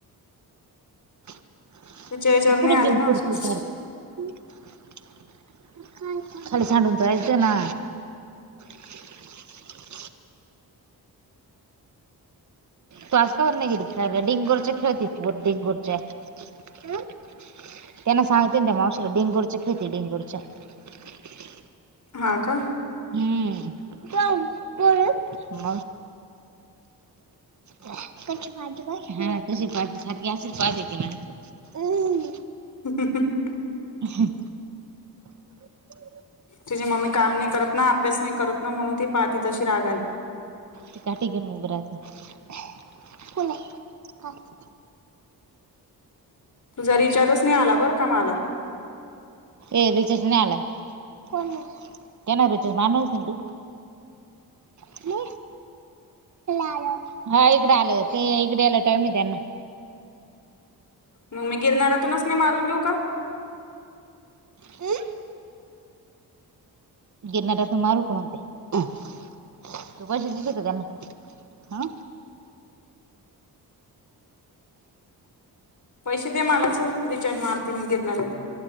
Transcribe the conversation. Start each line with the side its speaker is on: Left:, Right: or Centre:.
Right: <inaudible>
Left: तिच्या याच्यावर
Right: तू कुठ
Left: नाही आले
Right: घेउन
Left: ना
Right: फिरती
Left: अजून
Right: सारख <inaudible> <inaudible> खाली सांडून जायचं ना <inaudible> <inaudible> तु आज का बरं नाही गेली खेळायला नाही <unintelligible> खेळती डिंगवरच्या <inaudible> त्यांना सांगते त्या मावशीला डेंगूरच्या खेळती डेंगूरच्या <inaudible>
Left: हा का?
Right: हम् <unintelligible> मग <inaudible> काशी पाहते पाय हा तशी पाहते सारखी अशी पाहते <inaudible> ती माझ्या कडे हम्म
Left: हम् हम् हम्
Right: हंम <inaudible>
Left: तुझी मम्मी काम नाही करत ना अभ्यास नाही करत ना म्हणून ती पाहती तशी रागाने.
Right: ती काठी घेऊन उभी राहाते <inaudible> कुठे आहे काठी
Left: तुझा रिचार्जच नाही आला बरं का मला?
Right: ए रिचार्जच नाही आला कोण आहे त्यांना रिचार्ज मारणार होती ना तु <unintelligible> हा <unintelligible> इकडे आला टाईम नाही त्यांना
Left: मग मी गिरनाऱातूनच नाही मारून घेऊ का?
Right: हम गिरनार असंन मारू काय मारु काय म्हणते? तू पैसे दिले का त्यांना <inaudible> हा
Left: पैसे दे मला चल रिचार्ज र्न मारते गिरणारात न